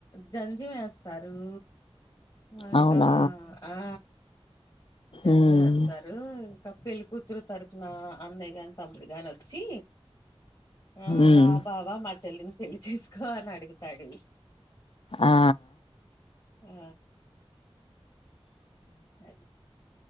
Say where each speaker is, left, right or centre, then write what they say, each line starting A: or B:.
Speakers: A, on the left (about 35°); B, on the left (about 65°).
A: జంద్యం వేస్తారు అంకా
B: అవునా
A: ఆ జంద్యం
B: ఉమ్
A: వేస్తారు ఇంకా పెళ్ళికూతురు తరుపున అన్నయ్య గాని తమ్ముడు గాని వచ్చి ఆ
B: ఉమ్
A: రా బావ మా చెల్లిని పెళ్లి చేసుకో అని అడుగుతాడు
B: ఆ
A: ఊ అది